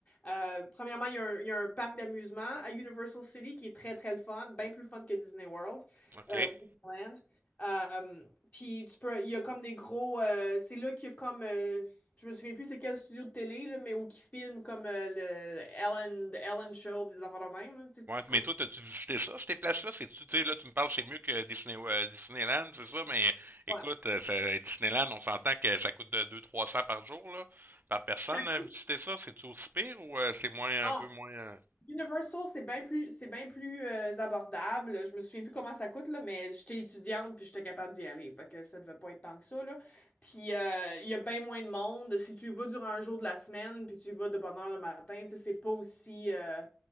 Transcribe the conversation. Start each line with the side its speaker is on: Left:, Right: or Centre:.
Left: euh, premièrement, il y a un, il y a un parc d'amusement à Universal City qui est très très le fun, bien plus fun que Disney World,
Right: OK.
Left: euh,
Right: Ouais,
Left: ou Disneyland. Euh, puis tu peux, il y a comme des gros, euh, c'est là qu'il y a comme, euh, je me souviens plus c'est quel studio de télé là, mais où qui filme comme euh, le Ellen, Ellen Show, des affaires de même. là, tu sais, comme-
Right: mais toi, t'as-tu visité ça, ces places-là? C'est-tu, tu sais, là, tu me parles, c'est mieux que Disney, euh, Disneyland, c'est ça, mais écoute,
Left: Ouais.
Right: euh, ça- Disneyland, on s'entend que ça coûte de deux trois cents par jour, là, par personne,
Left: Ça-
Right: euh, visiter ça. C'est-tu aussi pire ou euh, c'est moins,
Left: Non.
Right: un peu moins euh,
Left: Universal, c'est bien plus, c'est bien plus euh, abordable. Je me souviens plus comment ça coûte, là, mais j'étais étudiante puis j'étais capable d'y aller. Fait que ça devait pas être tant que ça, là. Puis euh, il y a bien moins de monde. Si tu y vas durant un jour de la semaine puis tu y vas de bonne heure le matin, tu sais, c'est pas aussi, euh,